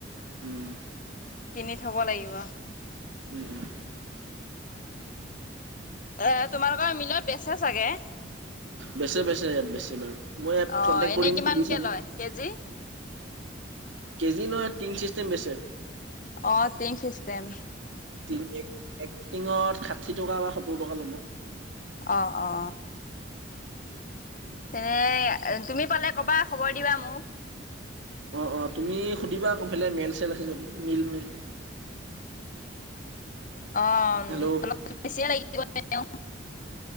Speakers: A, on the right; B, on the left.
A: উম
B: কিনি থব লাগিব।
A: উম উম।
B: এ তোমালোকৰ মিলত বেচে চাগে?
A: বেচে বেচে ইয়াত বেচে বাৰু, মই ইয়াত
B: অ
A: কন্টেক
B: এনেই
A: কৰিম
B: কিমানকে
A: সুধি চাম।
B: লয় কেজি
A: কেজি নহয় টিং চিষ্টেম বেচে।
B: অ' টিং চিষ্টেম।
A: টিং এক টিঙত ষাঠি টকা বা সত্তৰ টকা ল'ব।
B: অ অ তেনে তুমি পালে কবা খবৰ দিবা মোক।
A: অ' অ' তুমি সুধিবা আকৌ সেইফালে মে'ল চে'ল আছে যদি মিল মিল
B: অ
A: হেল্ল'
B: অলপ বেছিয়ে লাগিব এনেও